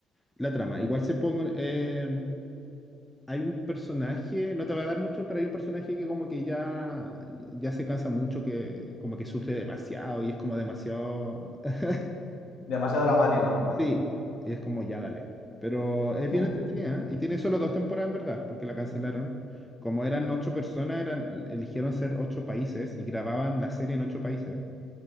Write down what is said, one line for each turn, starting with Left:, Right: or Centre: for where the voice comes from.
Centre: La trama. Igual se pongo. eh, hay un personaje, no te va a dar mucho, pero hay un personaje que como que ya, ya se cansa mucho, que como que sufre demasiado y es como demasiado. <laughs>
Left: Demasiado dramático, ¿no?
Centre: Sí, es como ya dale. Pero es bien
Left: <laughs>
Centre: entretenida ¿eh? y tiene solo dos temporadas en verdad, porque la cancelaron. Como eran ocho personas, eran, eligieron ser ocho países y grababan la serie en ocho países